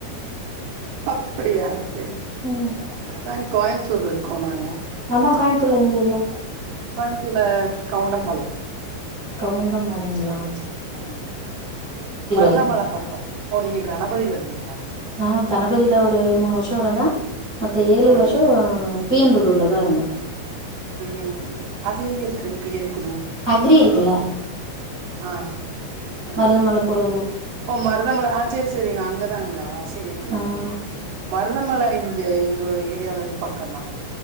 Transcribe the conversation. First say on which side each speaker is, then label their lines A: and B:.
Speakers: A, on the right (about 85°); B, on the right (about 45°).
A: அப்படியா சேரி.
B: ம்
A: அதா கோயம்புத்தூர்ல இருக். கோனாங்க.
B: அதா கோயமுத்தூர்ல எந்த ஏரியா.
A: கோயம்பத்தூர்ல கவுண்டம்பாளையம்.
B: கவுண்டம்பாளைங்களா.
A: அஹ மருதமல
B: இருந்
A: பக்கோ. ஓ நீங்க கணபதியில இருந்தே.
B: ஆஹா கணபதியில ஒரு மூணு வருஷோ இருந்த. மத்த ஏழு
A: ஓ
B: வருஷோ. பி என் புதூர்ள்ளதா இருந்தோ.
A: பி என் புதூர் அது எங்க இருக்கு. P N Pudur.
B: அக்ரி இருக்குல்ல
A: ஆ அக்ரி
B: மருதமல போற ரூட்
A: ஓ மருதமல சேரி சேரிங்க அங்கதா. அதாங்களா. சேரி சேரி
B: ஆ
A: சேரி மருதமலை. இங்க எங்க ஏரியால இருந்து பக்கம்தா.